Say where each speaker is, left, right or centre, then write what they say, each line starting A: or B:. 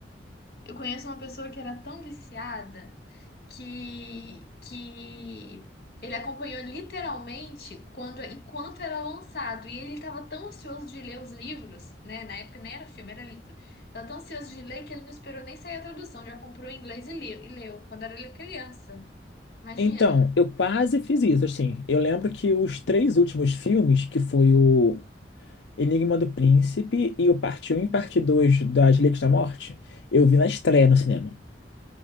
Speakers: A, on the left; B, on the left.
A: Eu conheço uma pessoa que era tão viciada que, que ele acompanhou literalmente quando, enquanto era lançado. E ele estava tão ansioso de ler os livros, né? Na época nem era filme, era livro. Tava tão ansioso de ler que ele não esperou nem sair a tradução, já comprou em inglês e, leu- e leu, quando era ele criança. Imagina.
B: Então, eu quase fiz isso, assim. Eu lembro que os três últimos filmes, que foi o Enigma do Príncipe e o Parte Um e Parte 2 das Relíquias da Morte, eu vi na estreia no cinema.